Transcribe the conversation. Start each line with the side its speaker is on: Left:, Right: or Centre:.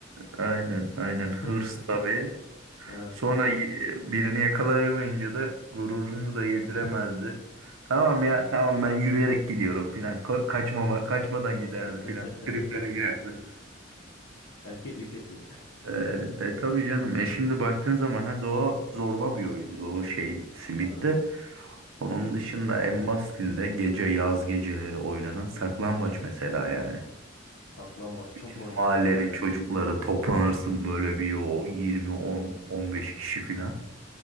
Right: Aynen, aynen.
Left: <laughs>
Right: Hırs tabii.
Left: Evet.
Right: Sonra y- birini yakalayamayınca da gururunu da yediremezdi. Tamam ya tamam ben yürüyerek gidiyorum filan. Ka- kaçmama, kaçmadan giderdi
Left: <laughs>
Right: filan. Triplere girerdi.
Left: Erkeklik yapıyor.
Right: Ee, e, tabii canım. E şimdi baktığın zaman ha o zorba bir oyundu o şey Simit
Left: Evet.
Right: de. Onun dışında en basitinde gece yaz geceleri oynanan saklambaç mesela yani.
Left: Saklambaç çok
Right: Bütün
Left: oynardık
Right: mahallenin
Left: ya.
Right: çocukları toplanırsın böyle bir o 20 10 15 kişi filan.